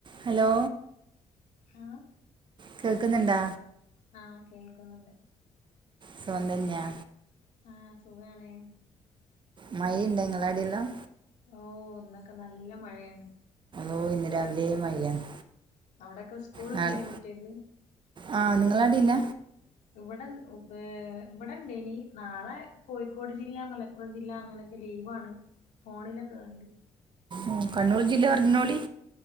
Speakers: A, on the right; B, on the left.
A: ഹലോ
B: ആഹ്
A: കേൾക്കുന്നുണ്ടാ
B: ആഹ് കേൾക്കുന്നുണ്ട്
A: സുഖം തന്നെയാ
B: ആഹ് സുഖാണ്
A: മഴയുണ്ടാ ഇങ്ങളവിടെയെല്ലാം
B: ഓ ഇന്നോക്കെ നല്ല മഴ ആണ്.
A: ഓ ഇന്ന് രാവിലേ മഴയാണ്.
B: അവിടൊക്കെ സ്കൂൾ
A: നാളെ
B: ഇണ്ടേനോ കുട്ടിയോക്ക്
A: ആ നിങ്ങളാടെയില്ല
B: ഇവിട ഇവിടെണ്ടേനി നാളെ കോഴിക്കോട് ജില്ലാ മല പ്പുറം ജില്ല അങ്ങനെയൊക്കെ ലീവാണ് ഫോണിലൊക്കെ കണ്ട്
A: ഉം കണ്ണൂർ ജില്ല അറിഞ്ഞോളി